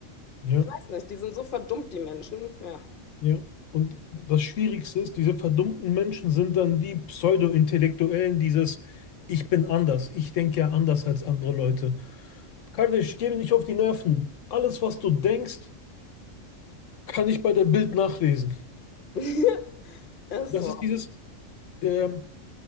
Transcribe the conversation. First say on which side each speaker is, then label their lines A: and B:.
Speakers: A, on the left; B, on the left.
A: Ja.
B: Ich weiß nicht, die sind so verdummt, die Menschen. Ja.
A: Ja. Und das Schwierigste ist, diese verdummten Menschen sind dann die Pseudo-Intellektuellen, dieses Ich bin anders, ich denke ja anders als andere Leute. Kardeş, geh mir nicht auf die Nerven. Alles, was du denkst, kann ich bei der Bild nachlesen.
B: <laughs> Ist
A: Das
B: so.
A: ist dieses, ähm,